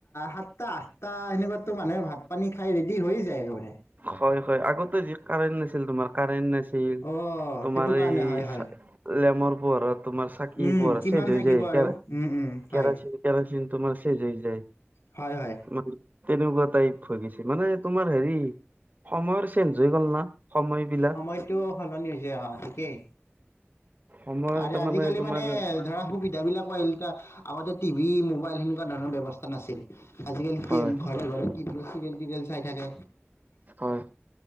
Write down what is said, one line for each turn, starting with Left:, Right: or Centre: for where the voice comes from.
Left: সাতটা আঠটা সেনেকুৱাতো মানুহে ভাত পানী খাই ৰেডি হৈ যায়। খবৰে <unintelligible>
Right: হয় হয় আগতে যি কাৰেণ্ট নাছিল তোমাৰ কাৰেন্ট নাছিল।
Left: অ
Right: তোমাৰ
Left: সেইটো কাৰণে
Right: এই
Left: হয় হয়
Right: চা লেমৰ পোহৰত তোমাৰ চাকি
Left: উম
Right: পোহৰ
Left: কিমান
Right: চেঞ্জ হৈ
Left: থাকিব
Right: যায়।
Left: আৰু
Right: কেৰ-কেৰাচিন-কেৰাচিন
Left: উম উম হয়
Right: তোমাৰ চেছ হৈ যায়।
Left: হয়-হয়।
Right: মানে তেনেকুৱা টাইপ হৈ গৈছে। মানে তোমাৰ হেৰি সময়ৰ চেঞ্জ হৈ গ'ল না সময়বিলাক
Left: সময়টো সলনি হৈছে, অ ঠিকেই।
Right: সময়ৰ
Left: আৰু
Right: তাৰমানে
Left: আজিকালি
Right: তোমাৰ
Left: মানে ধৰা সুবিধা বিলাক আগতে টিভি মোবাইল সেনেকুৱা ধৰণৰ ব্যৱস্থা নাছিল। আজিকালি
Right: হয়
Left: কি ঘৰে ঘৰে কি বুলি চিৰিয়েল টিৰিয়েল চাই থাকে
Right: হয়